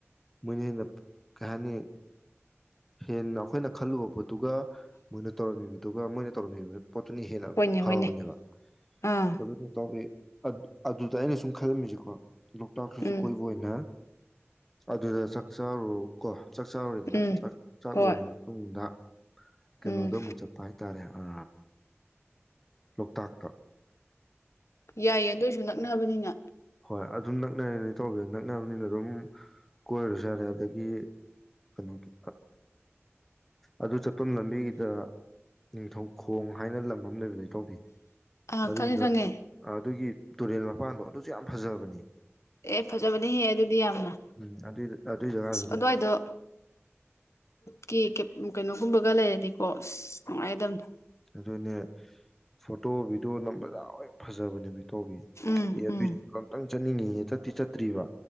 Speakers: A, in the centre; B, on the left.
A: ꯃꯣꯏꯅ ꯀꯍꯥꯏꯅꯦ ꯍꯦꯟꯅ ꯑꯩꯈꯣꯏꯅ ꯈꯜꯂꯨꯕ ꯄꯣꯠꯇꯨꯒ ꯃꯣꯏꯅ ꯇꯧꯔꯝꯃꯤꯕꯗꯨꯒ ꯃꯣꯏꯅ ꯇꯧꯔꯝꯃꯤꯕ ꯄꯣꯠꯇꯨꯅ ꯍꯦꯟꯅ
B: ꯍꯣꯏꯅꯦ
A: ꯐꯕꯅꯦꯕ
B: ꯍꯣꯏꯅꯦ ꯑꯥ
A: ꯑꯗꯨꯅ ꯇꯧꯋꯤ ꯑꯗꯨꯗ ꯑꯩꯅ ꯁꯨꯝ ꯈꯜꯂꯝꯃꯤꯁꯦꯀꯣ ꯂꯣꯛꯇꯔ ꯁꯁꯨ
B: ꯎꯝ
A: ꯀꯣꯏꯅ ꯑꯗꯨꯗ ꯆꯥꯛꯆꯥꯔꯨ ꯀꯣ ꯆꯥꯛꯆꯥꯔꯔꯤꯗꯅ
B: ꯎꯝ
A: ꯆꯥꯛꯂꯣꯏꯔꯕ
B: ꯍꯣꯏ
A: ꯃꯇꯨꯡꯗ ꯀꯩꯅꯣꯗꯣ
B: ꯎꯝ
A: ꯑꯃꯨꯛ ꯆꯠꯄ ꯍꯥꯏꯇꯥꯔꯦ ꯑ ꯂꯣꯛꯇꯥꯛꯄ
B: ꯌꯥꯏꯌꯦ ꯑꯗꯨꯣꯏꯁꯨ ꯅ ꯊꯛꯅꯕꯅꯤꯅ
A: ꯍꯣꯏ ꯑꯗꯨꯝ ꯅꯛꯅꯔꯦꯅ ꯇꯧꯕꯤ ꯅꯛꯅꯕꯅꯤꯅ ꯑꯗꯨꯝ ꯀꯣꯏꯔꯁꯨ ꯌꯥꯔꯦ ꯑꯗꯒꯤ ꯀꯩꯅꯣꯒꯤ ꯑꯗꯨ ꯆꯠꯄ ꯂꯝꯕꯤꯒꯤꯗ ꯅꯤꯡꯊꯧꯈꯣꯡ ꯍꯥꯏꯅ ꯂꯝ ꯑꯃ ꯂꯩꯕꯗ ꯇꯧꯕꯤ
B: ꯑꯥ
A: ꯑꯗꯨꯒꯤꯗ
B: ꯈꯪꯉꯦ ꯈꯪꯉꯦ
A: ꯑꯗꯨꯒꯤ ꯇꯨꯔꯦꯜ ꯃꯥꯄꯥꯟꯗꫭ ꯑꯗꯨ ꯌꯥꯝ ꯐꯖꯕꯅꯤ
B: ꯑꯦ ꯐꯖꯕꯅꯤ ꯍꯦ ꯑꯗꯨꯗꯤ ꯌꯥꯝꯅ
A: ꯎꯝ ꯑꯗꯨꯏ ꯑꯗꯨꯏ ꯖꯒꯥꯗꯨꯗ
B: ꯑꯗꯨꯋꯥꯏꯗꯣ ꯀꯤ ꯀꯩꯅꯣꯒꯨꯝꯕꯒ ꯂꯩꯔꯗꯤꯀꯣ ꯑꯁ ꯅꯨꯡꯉꯥꯏꯒꯗꯕꯅꯤ
A: ꯑꯗꯨꯅꯦ ꯐꯣꯇꯣ ꯚꯤꯗꯤꯑꯣ ꯅꯝꯕ ꯂꯥꯛꯎꯧꯏ ꯐꯖꯕꯅꯦ ꯃꯤꯇꯣꯕꯤ
B: ꯎꯝ
A: ꯑꯩ ꯑꯗꯨ
B: ꯎꯝ
A: ꯑꯪ ꯆꯠꯅꯤꯡꯉꯤꯌꯦ ꯆꯠꯇꯤ ꯆꯠꯇ꯭ꯔꯤꯕ